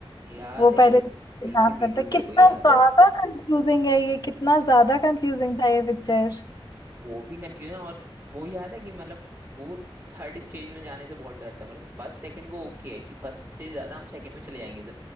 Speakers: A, on the right (about 25°); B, on the left (about 45°).
A: याद
B: वो
A: है
B: पहले
A: ये।
B: किडनैप
A: बिल्कुल बिल्कुल
B: करता है
A: मेरे
B: कितना
A: को ही याद
B: ज्यादा
A: है
B: कंफ्यूजिंग है ये कितना ज्यादा कंफ्यूजिंग था ये पिक्चर
A: वो भी कंफ्यूजन और वो याद है कि मतलब वो थर्ड स्टेज में जाने से बहुत डरता है मतलब फर्स्ट सेकंड वो ओके है कि फर्स्ट से ज्यादा हम सेकंड में चले जाएंगे